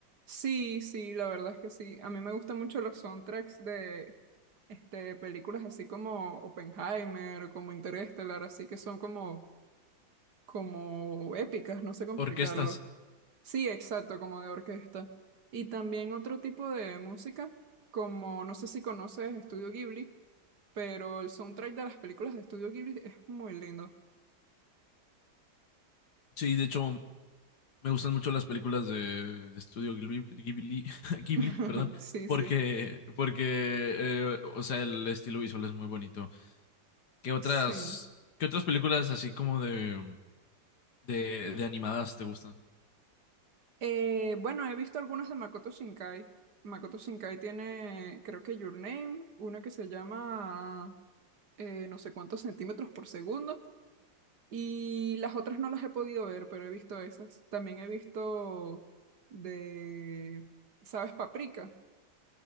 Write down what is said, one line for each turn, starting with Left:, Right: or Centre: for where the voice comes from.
Right: Sí, sí, la verdad es que sí. A mí me gustan mucho los soundtracks de este, películas así como Oppenheimer, como Interestelar, así que son como, como épicas, no sé cómo explicarlo.
Left: Orquestas.
Right: Sí, exacto, como de orquesta. Y también otro tipo de música, como no sé si conoces Estudio Ghibli. pero el soundtrack de las películas de Estudio Ghibli es muy lindo.
Left: Sí, de hecho, me gustan mucho las películas de, de estudio Ghibli, Ghibli, <laughs> Ghibli,
Right: <laughs>
Left: perdón,
Right: Sí,
Left: porque,
Right: sí,
Left: porque, eh, o sea, el estilo visual es muy bonito. ¿Qué otras,
Right: sí.
Left: qué otras películas así como de... De, de animadas te gustan.
Right: Eh, bueno, he visto algunas de Makoto Shinkai. Makoto Shinkai tiene, creo que Your Name, una que se llama eh, no sé cuántos centímetros por segundo. Y las otras no las he podido ver, pero he visto esas. También he visto de, ¿sabes? Paprika.